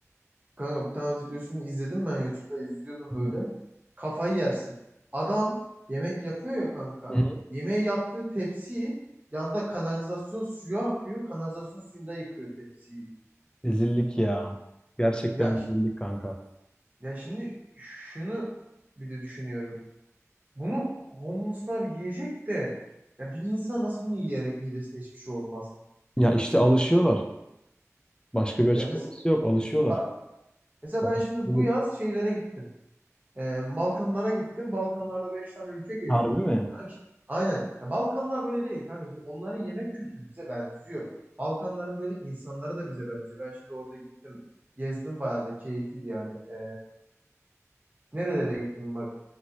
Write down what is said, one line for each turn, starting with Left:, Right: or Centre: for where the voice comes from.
Right: Kanka bir tane videosunu izledim ben YouTube'da izliyordum
Left: Hı
Right: böyle.
Left: hı.
Right: Kafayı yersin. Adam yemek yapıyor ya kanka.
Left: Hı hı.
Right: Yemeği yaptığı tepsiyi yanda kanalizasyon suyu akıyor. Kanalizasyon suyunda yıkıyor tepsiyi.
Left: Rezillik ya. Gerçekten
Right: Ya, iş-
Left: rezillik kanka.
Right: ya şimdi şunu bir de düşünüyorum. Bunu homeless'lar yiyecek de ya bir insan nasıl bunu yiyerek midesine hiçbir şey olmaz.
Left: Ya işte alışıyorlar. Başka bir açıklaması
Right: Ya mes
Left: yok. Alışıyorlar.
Right: bak mesela
Left: Alışıklılık.
Right: ben şimdi bu yaz şeylere gittim. Ee, Balkanlara gittim. Balkanlarda 5 tane ülke gezdim.
Left: Harbi mi?
Right: Ya işte- Aynen. Ya Balkanlar böyle değil kanka. Şimdi onların yemek kültürü bize benziyor. Balkanların böyle insanları da bize benziyor. Ben şimdi orada gittim. Gezdim bayağı da keyifliydi yani. Ee, Nerelere gittim bak.